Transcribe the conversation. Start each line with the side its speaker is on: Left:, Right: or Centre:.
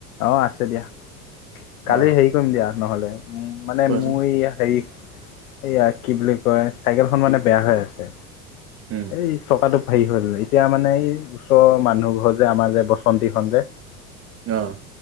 Left: অঁ আছে দিয়া,
Right: অ
Left: কালি হেৰি কৰিম দিয়া নহ'লে। মানে
Right: কোৱাচোন
Left: মোৰ এইয়া হেৰি, এইয়া কি বুলি কয়, চাইকেলখন মানে। বেয়া হৈ আছে,
Right: উম
Left: এই চকাটো হেৰি হৈ গ'ল, এতিয়া মানে এই ওচৰৰ মানুহ ঘৰ যে আমাৰ যে বসন্তীখন যে।
Right: অঁ।